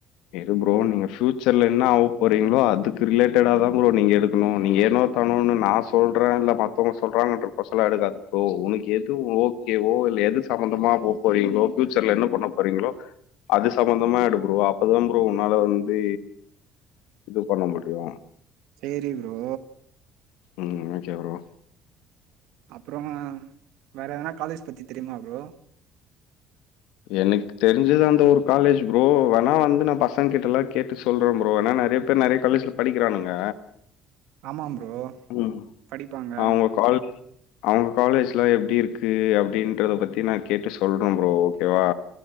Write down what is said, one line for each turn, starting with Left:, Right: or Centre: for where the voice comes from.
Left: இது ப்ரோ நீங்க ஃபயூச்சர்ல என்ன ஆக போறீங்களோ அதுக்கு ரிலேட்டடா தா ப்ரோ நீங்க எடுக்கணு நீங்க ஏனோ பண்ணணு நா சொல்றே இல்ல மத்தவங்க சொல்றாங்கன்ற கோர்ஸலா எடுக்காத உனக்கு எது ஓ ஓகேவோ இல்ல எது சம்பந்தமா போ போறீங்களோ பியூச்சர்ல என்ன பண்ண போறீங்களோ அது சம்பந்தமா எடு ப்ரோ அப்பதா ப்ரோ உன்னால வந்து இது பண்ண முடியு
Right: சேரி ப்ரோ
Left: ம் ஒகே ப்ரோ
Right: அப்றமா வேற எதனா காலேஜ் பத்தி தெரியுமா ப்ரோ
Left: எனக்கு தெரிஞ்சது அந்த ஒரு காலேஜ் ப்ரோ வேணா வந்து நா பசங்க கிட்டல்லா கேட்டு சொ சொல்றே ப்ரோ ஏன்னா நெறைய பேரு நெறைய காலேஜ்ல படிக்கிறானுங்க
Right: ஆமாம் ப்ரோ
Left: ம்
Right: படிப்பாங்க
Left: அவுங்க கால் அவுங் காலேஜ்லா எப்டி இருக்கு அப்டின்றத பத்தி நா கேட்டு சொல்றே ப்ரோ ஓகேவா